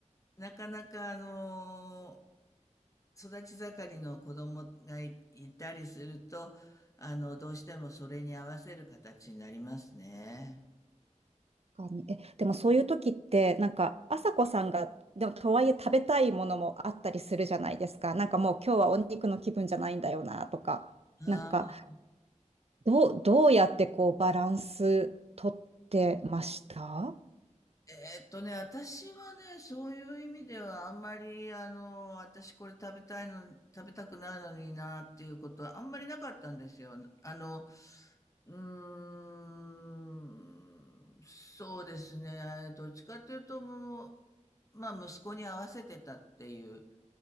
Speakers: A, on the left; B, on the right.
A: なかなか、あのー育ち盛りの子供がい、いたりすると、あの、どうしてもそれに合わせる形になりますね。
B: 確かに。え、でもそういう時って、なんか、朝子さんが、でもとはいえ食べたいものもあったりするじゃないですか。なんかもう今日はお肉の気分じゃないんだよなとか。
A: はい
B: なんか、どう、どうやってこうバランス取ってました
A: えーっとね、私はね、そういう意味では、あんまり、あの、私これ食べたいの、食べたくないのになっていうことは、あんまりなかったんですよ。あの、うーん、そうですね。どっちかというと、もう、まあ、息子に合わせてたっていう